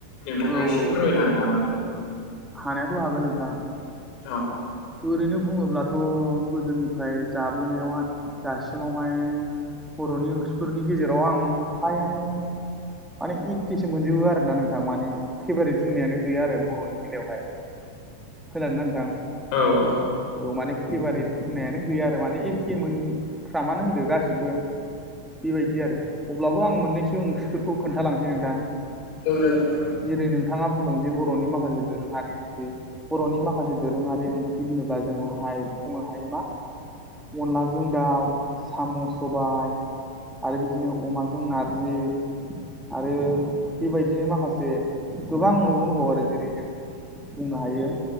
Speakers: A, on the left (about 45°); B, in the centre.
A: नोंथाङा
B: औ
A: एसे
B: औ
A: फोरमायनो हागोन नामा नोंथां?
B: हानायाथ' हागोन नोंथां।
A: औ
B: ओरैनो बुङोब्लाथ' गोदोनिफ्राय जाबोनायाव दासिमावहाय बर'नि ओंख्रिफोरनि गेजेराव आं फ्रायानो माने एखेसो मोनजोबो आरो ना नोंथां माने फेभारेट बुंनायानो गैया आरो बर'नि बेलायावहाय खोनादों ना नोंथां
A: औ औ
B: औ माने फेभारेट होननायानो गैया आरो माने एखे मोन फ्रामानो होनदो गासिबो बेबायदि आरो अब्लाबो आं मोननैसो ओंख्रिफोरखौ खोन्थालांसै नोंथां।
A: औ जागोन नोंथां।
B: जेरै नोंथाङा बुंदों जे बर'नि माखासे दोरोङारि ओंख्रि बर'नि माखासे दोरोङारि ओंख्रि होनोब्ला जोंहाय बुंनो हायो मा अनलाजों दाउ साम' सबाय आरो बिदिनो अमाजों नारजि आरो बेबायदिनो माखासे गोबां मैगं दंबावो आरो जेरै जों बुंनो हायो